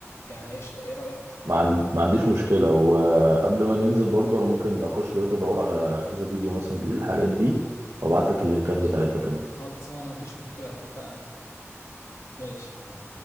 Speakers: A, on the left; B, on the right.
A: يعني قشطة إيه رأيك؟
B: ما, عن... ما عنديش مشكلة وقبل ما ننزل برضو انا ممكن اخش دلوقتي ادور على كذا فيديو مثلا بيقول الحاجات دي وابعت لك اللينكات بتاعتها كمان
A: خلصانة مفيش مشكلة اتفقنا ماشي